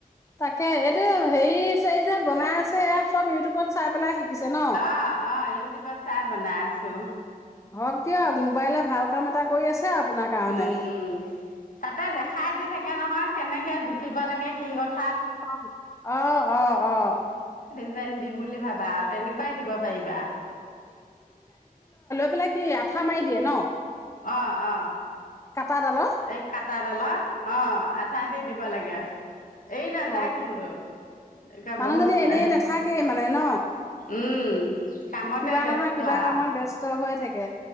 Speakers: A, on the left (about 20°); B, on the left (about 60°).
A: তাকে। এইটো হেৰি-চেৰি যে বনাই আছে, এয়া চব ইউটিউবত চাই পেলাই শিকিছে ন?
B: অ' - অ' ইউটিউবত চাই বনাই ছোঁ।
A: হওঁক দিয়ক। মোবাইলে ভাল কাম এটা কৰি আছ আপোনাৰ কাৰণে।
B: উম তাতে দেখাই দি থাকে নহয়, কেনেকে গুঠিব লাগে, কিহত
A: অ' - অ' - অ'।
B: যে দিম বুলি ভাবা আৰু তেনেকোৱাই দিব পাৰিবা
A: এইবিলাক কি আঠা মাৰি দিয়ে ন
B: অ অ
A: কাটাডালত
B: এই কাটাডালত অ আঠা দি দিব লাগে এৰি নাযায়
A: অ
B: কিন্তু এতিয়া
A: মানুহজনী
B: বহুত
A: এনেই
B: আহে
A: নাথাকে মানে ন
B: উম কামতে
A: কিবা
B: ব্যস্ত
A: নহয় কিবা কামত
B: আও
A: ব্যস্ত হৈ থাকে।